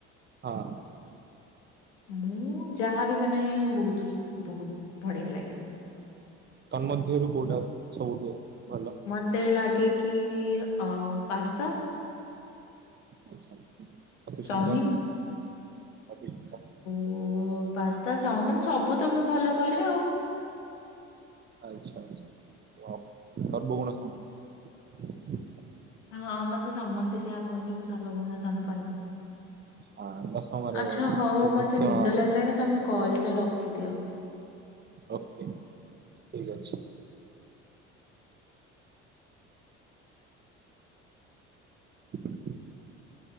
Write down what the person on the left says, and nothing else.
ମୁଁ ଯାହା ବି ବନାଏ ବହୁତ ବହୁତ ବଢିଆ ଲାଗେ।
ମତେ ଲାଗେ କି ଅ ପାସ୍ତା।
ଚାଉମିିନ
ଓ ପାସ୍ତା ଚାଉମିିନ ସବୁ ତ ମୁଁ ଭଲ କରେ ଆଉ।
ହଁ ମତେ ସମସ୍ତେ ସେଇଆ କୁହନ୍ତି ମୁଁ ସର୍ବଗୁଣ ସମ୍ପନ୍ନ।
ଆଚ୍ଛା ହଉ
ମତେ ନିଦ ଲାଗିଲାଣି ତମେ କଲ ଟା ରଖିଦିଅ।